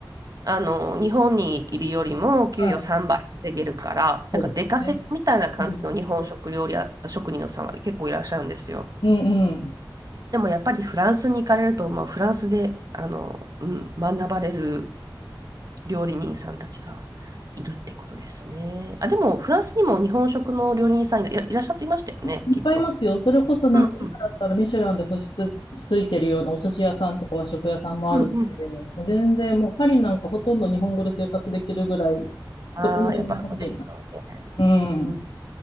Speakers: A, on the right; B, on the left.
A: あの、日本にいるよりも給与3倍稼げるから、
B: はい。そうですよね。
A: なんか出稼ぎみたいな感じの日本食料理や、
B: うん、
A: 職人のさんは結構いらっしゃるんですよ。
B: うん、うん。
A: でもやっぱりフランスに行かれると、まあ、フランスで、あの、うん、学ばれる料理人さんたちがいるってことですね。あ、でもフランスにも日本食の料理人さんいら、いらっしゃっていましたよね、
B: いっぱいいますよ。
A: きっと。
B: それこそなんか今だったらミシュランで星つ、
A: うんうん
B: ついてるようなお寿司屋さんとか和食屋さんもあるので、
A: うんうん。
B: もう全然もうパリなんかほとんど日本語で生活できるぐらい、
A: ああ、
B: どこにでも日本人います。
A: やっぱそうですよね。
B: うん。
A: うん、や